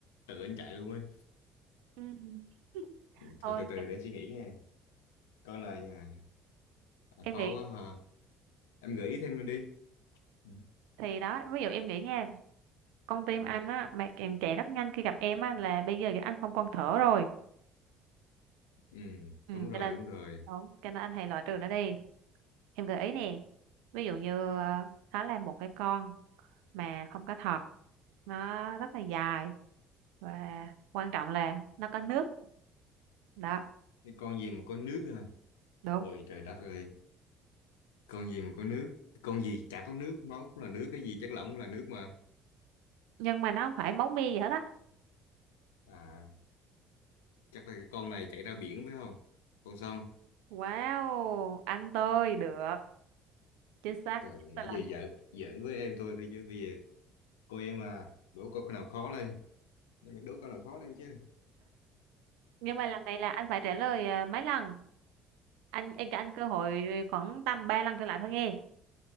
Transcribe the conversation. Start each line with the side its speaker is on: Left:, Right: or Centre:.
Left: tự anh chạy luôn ấy
Right: ừ <laughs>
Left: Ừ,
Right: thôi
Left: thôi từ từ
Right: em,
Left: để suy nghĩ nghe con này à, à,
Right: em
Left: khó
Right: nghĩ
Left: quá hả em gợi ý thêm đi ừ.
Right: thì đó ví dụ em nghĩ nha con tim
Left: Ừ.
Right: anh á mà em chạy rất nhanh khi gặp em á là bây giờ anh không còn thở rồi
Left: ừ,
Right: ừ,
Left: đúng rồi
Right: cái nên
Left: đúng rồi
Right: đúng cái nên anh hãy loại trừ nó đi em gợi ý nè ví dụ như ờ, nó là một cái con mà không có thật nó rất là dài và quan trọng là nó có nước đó
Left: cái con gì mà có nước à
Right: đúng
Left: ôi trời đất ơi con gì mà có nước con gì chả có nước máu cũng là nước cái gì chất lỏng cũng là nước mà
Right: nhưng mà nó không phải máu me gì hết á
Left: à chắc là cái con này chạy ra biển phải không con sông
Right: wow anh tôi được chính xác
Left: trời nãy
Right: Tức là-
Left: giờ giỡn giỡn với em thôi thôi chứ bây giờ cô em à đố câu nào khó lên Để mày đố câu nào khó lên chứ
Right: nhưng mà lần này là anh phải trả lời ờ, mấy lần anh em cho anh cơ hội khoảng tầm 3 lần trở lại thôi nghe